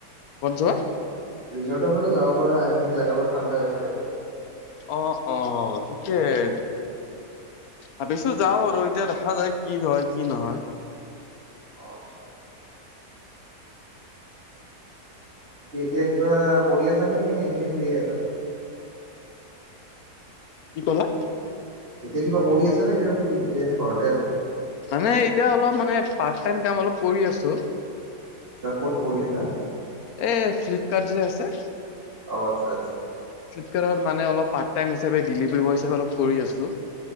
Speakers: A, on the left; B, on the right.
A: কত যোৱা?
B: ৰিজৰ্টৰ ফালে যাব পৰা সেইখিনি জেগা অলপ ঠাণ্ডা হৈ থাকেতো।
A: অ' অ' ঠিকেই। ভাবিছো যাও আৰু এতিয়া দেখা যায় কি হয় কি নহয়।
B: অ' আচ্ছা। এতিয়া কিবা কৰি আছা নে কি নে এনেই শুয়ে আছা?
A: কি কলা?
B: এতিয়া কিবা কৰি আছে নে কিবা শুই এনে ঘৰতে আছা?
A: মানে এতিয়া অলপ মানে পাৰ্ট টাইম কাম অলপ কৰি আছো।
B: আচ্ছা ক'ত কৰি আছা?
A: এই ফ্লিপকাৰ্ট যে আছে।
B: আচ্চা আচ্চা।
A: ফ্লিপকাৰ্টত মানে অলপ পাৰ্ টাইম হিচাপে ডেলিভাৰী বয় হিচাপ অলপ কৰি আছোঁ।